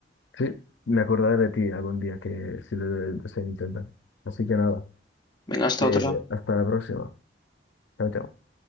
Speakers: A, on the left (about 85°); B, on the left (about 25°).
A: Sí, me acordaré de ti algún día que si lo de- deseo intentar. Así que nada,
B: Venga, hasta
A: eh,
B: otra.
A: hasta la próxima. Chao, chao.